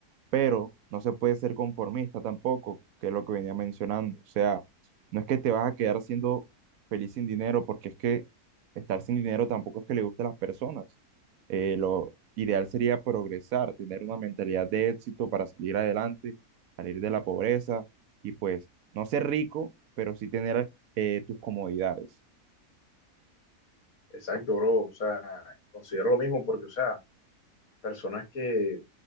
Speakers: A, on the right; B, on the left.
A: pero no se puede ser conformista tampoco, que es lo que venía mencionando. O sea, no es que te vas a quedar siendo feliz sin dinero, porque es que estar sin dinero tampoco es que le guste a las personas. Eh, lo ideal sería progresar, tener una mentalidad de éxito para salir adelante, salir de la pobreza y pues no ser rico, pero sí tener eh, tus comodidades.
B: Exacto, bro. O sea, considero lo mismo porque, o sea, personas que